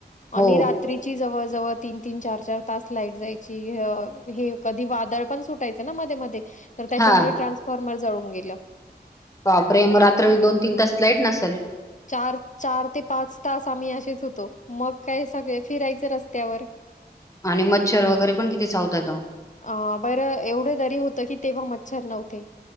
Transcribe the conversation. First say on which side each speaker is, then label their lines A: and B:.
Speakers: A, on the left; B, on the left.
A: हो
B: आणि रात्रीची जवळ जवळ तीन तीन चार चार तास लाईट जायची कधी वादळ पण सुायच म म त्या
A: हा
B: फॉर्मर जाळून गेलं
A: परे मग रात्र दोन तीन तास लाईट नसेल
B: चार चार ते पाच तास आम्ही असेच होतो मग काय सगळे फिरायचं रस्त्यावर
A: आणि मच्छर वगैरे पण किती चावतात तो
B: अ बरं एवढे दरी होतं की तेव्हा मच्छर नव्हते